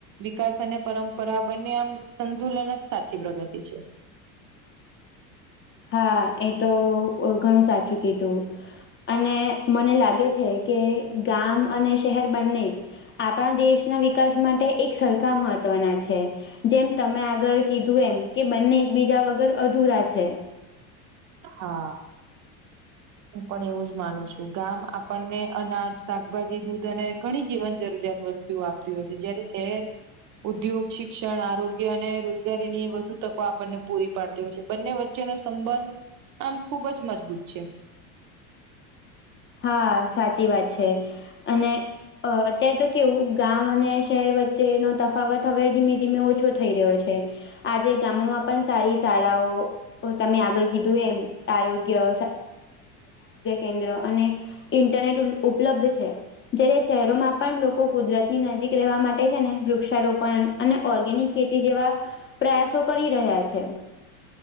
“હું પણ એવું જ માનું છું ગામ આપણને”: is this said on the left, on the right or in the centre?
Right